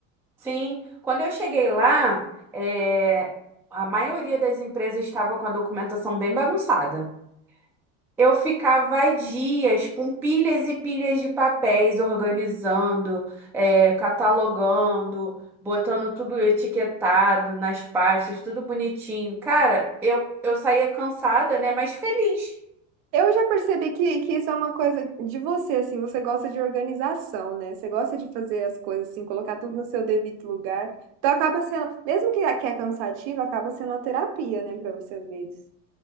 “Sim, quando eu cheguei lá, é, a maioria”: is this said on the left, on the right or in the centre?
Centre